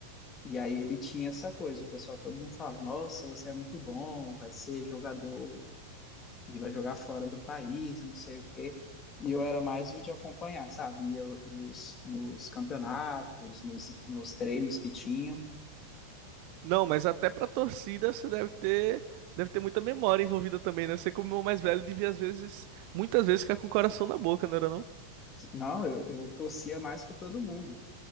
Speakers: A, on the left; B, on the right.
A: E aí ele tinha essa coisa, o pessoal todo mundo falava, nossa, você é muito bom, vai ser jogador e vai jogar fora do país e não sei o quê. E eu era mais o de acompanhar, sabe? Ia nos, nos campeonatos, nos, nos treinos que tinham.
B: Não, mas até pra torcida você deve ter, deve ter muita memória envolvida também, né? Você como o mais velho devia às vezes, muitas vezes ficar com o coração na boca, não era não?
A: Não, eu, eu torcia mais que todo mundo.